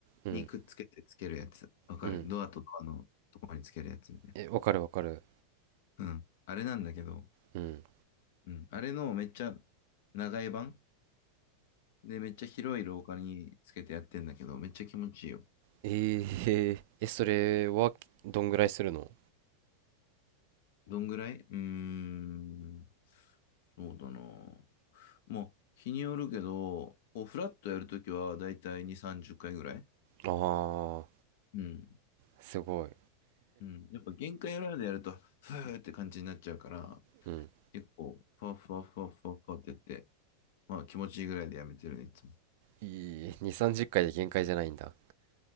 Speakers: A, on the right (about 60°); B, on the left (about 65°).
A: うん。
B: にくっつけてつけるやつ。わかるドアとドアのところにつけるやつみたい
A: うん。え、わかるわかる。
B: な。うん。あれなんだけど、
A: うん。
B: うん。あれのめっちゃ長い版で、めっちゃ広い廊下につけてやってんだけど、めっちゃ気持ちいいよ。
A: えええ、それはどんぐらいするの
B: どんぐらいうーん。そうだな。もう、日によるけど、こうフラットやるときはだいたい2、30回ぐらい。
A: ああ
B: うん。
A: ー、すごい。
B: うん。やっぱ限界裏でやると、ふーって感じになっちゃうから、
A: うん。
B: 結構、ふわふわふわふわふわってやって、まあ気持ちいいぐらいでやめてるね、いつも。
A: いい、2、30回で限界じゃないんだ。